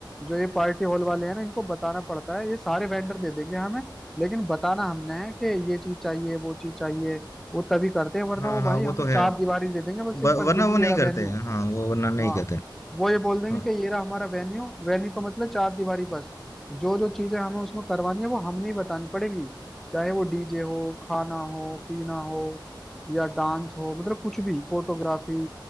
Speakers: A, in the centre; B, on the left.
A: जो ये पार्टी हॉल वाले हैं ना इनको बताना पड़ता है ये सारे वेंडर दे देंगे हमें लेकिन बताना हमने है कि ये चीज चाहिए वो चीज चाहिए वो तभी करते हैं वरना
B: हाँ,
A: वो भाई
B: हाँ, वो
A: हमें
B: तो
A: चार
B: है।
A: दीवारी दे देंगे बस
B: व
A: सिंपल
B: वरना
A: के जी
B: वो नहीं
A: ये रहा
B: करते
A: वेन्यू
B: हैं। हाँ, वो वरना नहीं
A: हाँ
B: करते हैं।
A: वो ये बोल देंगे
B: हाँ।
A: कि ये रहा हमारा वेन्यू वेन्यू का मतलब चार दीवारी बस जो जो चीजें हमें उसमें करवानी है वो हमने ही बतानी पड़ेगी चाहे वो डीजे हो खाना हो पीना हो या डांस हो मतलब कुछ भी फोटोग्राफी